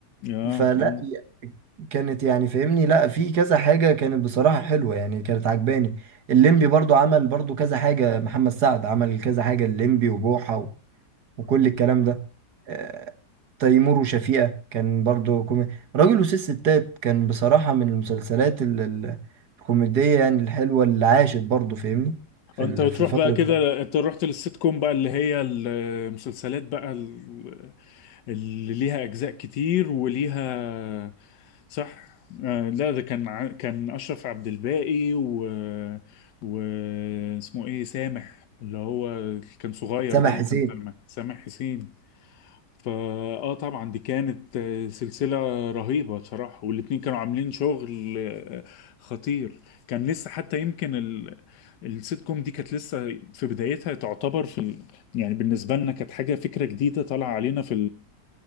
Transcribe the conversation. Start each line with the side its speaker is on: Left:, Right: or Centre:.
Left: اه
Right: فلا
Left: اه
Right: كانت يعني فاهمني لا في كذا حاجة كانت بصراحة حلوة يعني كانت عجباني الليمبي برضو عمل برضو كذا حاجة محمد سعد عمل كذا حاجة الليمبي وبوحة وكل الكلام ده آه، تيمور وشفيقة كان برضو كوميدي راجل وست ستات كان بصراحة من المسلسلات ال- ال- الكوميدية يعني الحلوة اللي عاشت برضو فاهمني في
Left: انت
Right: ال-
Left: بتروح
Right: في الفترة
Left: بقى كده
Right: دي
Left: انت رحت للسيت كوم بقى اللي هي المسلسلات بقى ال- اللي ليها اجزاء كتير وليها صح آه لا ده كان ع- كان اشرف عبد الباقي و واسمه ايه سامح اللي هو كان صغير
Right: سامح
Left: ده اللي
Right: حسين
Left: كان طالع معاه، سامح حسين فاه طبعا دي كانت آه، سلسلة رهيبة بصراحة والاتنين كانوا عاملين شغل آه، خطير كان لسه حتى يمكن ال... السيت كوم دي كانت لسه في بدايتها تعتبر في ال... يعني بالنسبة لنا كانت حاجة فكرة جديدة طالعة علينا في